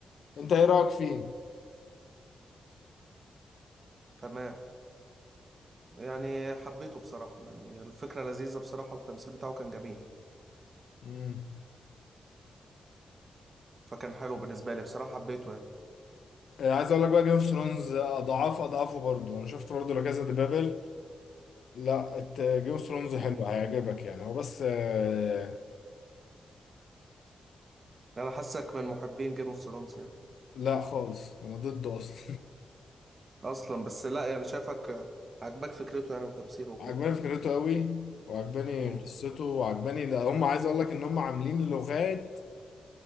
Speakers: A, on the left; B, on the right.
A: انت ايه رأيك فيه
B: تمام يعني حبيته بصراحة يعني الفكرة لذيذة بصراحة والتمثيل بتاعه كان جميل
A: مم.
B: فكان حلو بالنسبة لي بصراحة حبيته يعني
A: آه عايز اقول لك بقى جيم اوف ثرونز اضعاف اضعافه برضه انا شفت برضه لا كازا دي بابل لا جيم اوف ثرونز
B: امم
A: حلو هيعجبك يعني هو بس آه،
B: انا حاسك من محبين جيم اوف ثرونز يعني
A: لا خالص انا ضده اصلا
B: اصلا بس لا يعني شايفك عاجبك فكرته يعني وتمثيله
A: <laughs>
B: وكده
A: عجباني فكرته قوي وعجباني
B: امم
A: قصته وعجباني ده هم عايز اقول لك ان هم عاملين لغات